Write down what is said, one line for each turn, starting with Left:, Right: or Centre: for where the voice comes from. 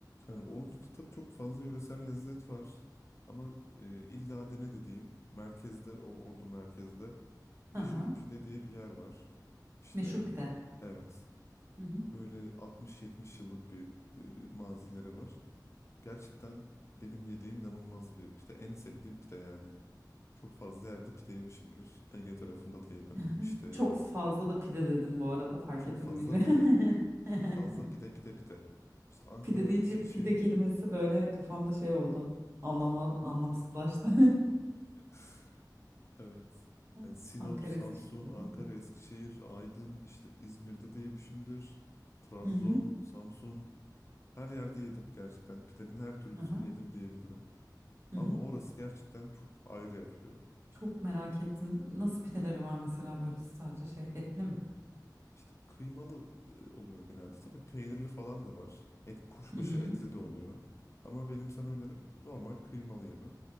Left: Yani Ordu'da tabii çok fazla yöresel lezzet var. Ama e, illa dene dediğim merkezde, o Ordu merkezde meşhur
Right: Aha.
Left: pide diye bir yer var. İşte
Right: Meşhur pide.
Left: evet
Right: Hı hı.
Left: böyle 60-70 yıllık bir e, mazileri var. Gerçekten benim yediğim inanılmaz bir pide. En sevdiğim pide yani. Çok fazla yerde pide yemişimdir. Ege tarafında da yedim.
Right: <laughs>
Left: İşte
Right: Çok fazla da pide dedim bu arada fark
Left: çok
Right: ettim
Left: fazla
Right: bilmiyorum.
Left: pide.
Right: <laughs>
Left: Çok fazla pide pide pide. İşte Ankara,
Right: Pide deyince
Left: Eskişehir.
Right: pide kelimesi böyle kafamda şey oldu. Anlamla, anlamsızlaştı.
Left: <laughs> Evet.
Right: <laughs>
Left: Yani Sinop,
Right: Ankara
Left: Samsun,
Right: Eskişehir. dedim.
Left: Ankara, Eskişehir, Aydın, işte İzmir'de de yemişimdir. Trabzon,
Right: Hı hı. hı.
Left: Samsun her yerde yedim gerçekten. Pidenin her türlüsünü
Right: Aha.
Left: yedim diyebilirim.
Right: Hı
Left: Ama
Right: hı.
Left: orası gerçekten çok ayrı yapıyor.
Right: Çok merak ettim. Nasıl pideleri var mesela böyle sadece şey etli mi?
Left: İşte kıymalı e, oluyor genelde. Tabii peynirli falan da var. Et, kuşbaşı
Right: Hı hı.
Left: etli de oluyor. Ama benim sana önerim normal kıymalı yemen.